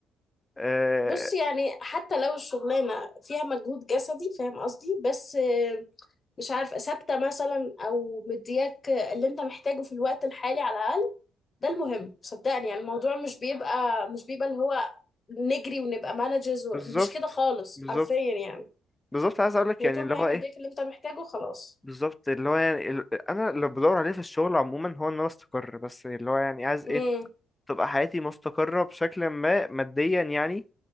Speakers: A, on the left; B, on the left.
A: أه...
B: بص يعني حتى لو الشغلانة فيها مجهود جسدي فاهم قصدي بس مش عارفة ثابتة مثلا أو مدياك اللي أنت محتاجه في الوقت الحالي على الأقل ده المهم صدقني يعني الموضوع مش بيبقى مش بيبقى اللي هو نجري ونبقى مانجرز مش
A: بالظبط
B: كده خالص
A: بالظبط
B: حرفيا يعني
A: بالظبط عايز اقول لك
B: هي
A: يعني
B: طول
A: اللي
B: ما
A: هو
B: هي مدياك
A: ايه
B: اللي أنت محتاجه خلاص
A: بالظبط اللي هو يعني ال- انا اللي بدور عليه في الشغل عموما هو ان انا استقر بس اللي هو يعني عايز ايه
B: امم
A: تبقى حياتي مستقرة بشكل ما ماديا يعني